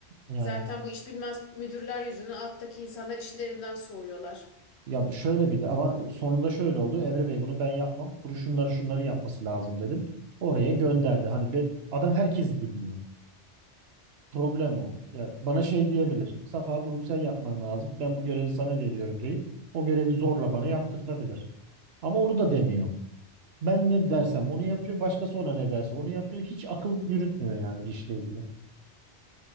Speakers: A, on the right; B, on the left.
A: Yani
B: Zaten bu iş bilmez müdürler yüzünden alttaki insanlar işlerinden soğuyorlar.
A: ya şöyle bir de ama sonunda şöyle oldu. Emre Bey bunu ben yapmam. Bunu şunları şunları yapması lazım dedim. Oraya gönderdi. Hani be, adam herkesi dinliyor. Problem o. Ya bana şey diyebilir. Safa bunu sen yapman lazım. Ben bu görevi sana veriyorum deyip o görevi zorla bana yaptırtabilir. Ama onu da demiyor. Ben ne dersem onu yapıyor. Başkası ona ne derse onu yapıyor. Hiç akıl yürütmüyor yani bir işle ilgili.